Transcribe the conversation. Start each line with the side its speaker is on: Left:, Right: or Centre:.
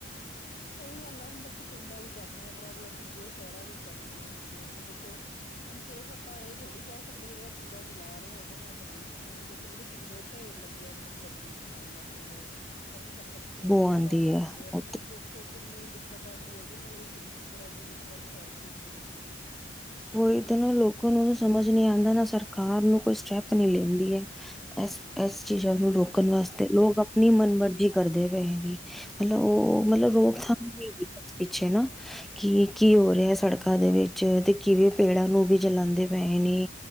Left: ਸਹੀ ਗੱਲ ਆ ਹੁਣ ਦੇਖੋ ਪਿੰਡਾਂ ਵਿੱਚ ਆਪਣੀਆਂ ਪ੍ਰੋਬਲਮ ਹੁੰਦੀਆਂ, ਸ਼ਹਿਰਾਂ ਵਿੱਚ ਆਪਣੀਆਂ ਹੁੰਦੀਆਂ ਹੁਣ ਦੇਖੋ, ਹੁਣ ਸਿਰਫ ਆਪਾਂ ਇਹ ਥੋੜ੍ਹੀ ਕਹਿ ਸਕਦੇ ਕਿ, ਜਿਹੜਾ ਕੂੜਾ ਜਲਾ ਰਹਾ ਉਹਦੇ ਨਾਲ ਪੋਲਿਊਸ਼ਨ ਹੋ ਰਿਹਾ, ਦੇਖੋ ਜਿਹੜੇ ਕੂੜੇ ਦੇ ਢੇਰ ਲੱਗੇ ਇੰਨੀ ਗੰਦੀ ਸਮੈਲ ਆਉਂਦੀ ਹੈ ਮਤ ਛਰ-ਮੱਖੀਆਂ
Centre: ਬੋ
Left: ਉਹਦੇ ਨਾਲ
Centre: ਆਉਂਦੀ
Left: ਪੈਦਾ
Centre: ਹੈ
Left: ਹੁੰਦੇ ਆ ਮਤਲਬ
Centre: ਉ
Left: ਦੇਖੋ ਕਿੰਨੀ ਦਿੱਕਤ ਆਉਂਦੀ ਆ ਉਹਦੇ ਨਾਲ ਵੀ ਕਿੰਨੀ ਤਰ੍ਹਾਂ ਦੀ ਲੋਕਾਂ ਨੂੰ ਹੈਲਥ ਇਸ਼ੂ ਹੁੰਦੇ
Centre: ਔ ਹੀ ਤਾ ਨ ਲੋਕਾਂ ਨੂੰ ਸਮਝ ਨਹੀਂ ਆਉਂਦਾ ਨਾ ਸਰਕਾਰ ਨੂੰ ਕੋਈ ਸਟੈਪ ਨਹੀਂ ਲੈਂਦੀ ਹੈ ਇਸ ਇਸ ਚੀਜ਼ਾਂ ਨੂੰ
Left: ਹਮ
Centre: ਰੋਕਣ ਵਾਸਤੇ ਲੋਕ ਆਪਣੀ ਮਨਮਰਜ਼ੀ ਕਰਦੇ ਪਏਹੇ ਨੇ ਮਤਲਬ ਉਹ,
Left: ਹਮ
Centre: ਮਤਲਬ ਉਹ ਥਾਮ ਨਹੀਂ ਪਿੱਛੇ ਨਾ ਕੀ-ਕੀ ਹੋ ਰਿਹਾ ਸੜਕਾਂ ਦੇ ਵਿੱਚ ਤੇ ਕਿਵੇਂ ਪੇੜਾਂ ਨੂੰ ਵੀ ਜਲਾਉਂਦੇ ਪਏ ਨੇ